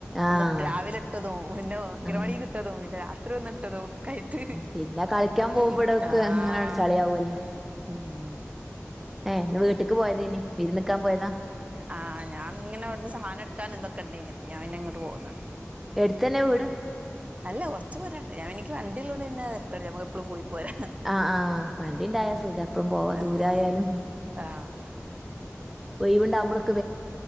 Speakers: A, in the centre; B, on the right.
A: ആഹ്
B: ഒന്ന്ട്ട് രാവിലെട്ടതും പിന്നെ. അങ്കലാവാടീക്
A: ആഹ്
B: ട്ടതു പിന്നെ രാത്രി ഒന്ന്. ട്ടത് ഒക്കായിട്ട്
A: പിന്നെ കളിക്കാൻ പോകുമ്പോടൊക്കെ
B: ഉം ആഹ്
A: അങ്ങനെ ചളിയാവുമല്ലോ
B: ഉം.
A: ഏഹ് ന്ന് വീട്ട്ക്ക് പോയതേനി വിര്ന്ന്ക്കാം പോയതാ.
B: ആഹ് ഞാങ്ങനെവട്ന്ന് സാധനട്ക്കാനും തൊക്കെണ്ടയ്നി അപ്പ ഞാപിന്നെ ങ്ങട്ട് പോന്ന്.
A: എട്ത്തന്നെ വീട്.
B: അല്ല കൊർച്ച് പൊരാണ്ട് ഞാൻ എനിക്ക് വണ്ടിള്ളോണ്ട് ന്നെ തര്ക്കടില്ല ഞമ്മക്ക് എപ്പളും പോയി പോര.
A: ആഹ് ആഹ് വണ്ടിണ്ടായ സുഖാ എപ്പളും പോവാ
B: ആഹ്
A: ദൂരായാലും.
B: ആഹ്.
A: ഒയ്വ്ണ്ടാവുമ്പളൊ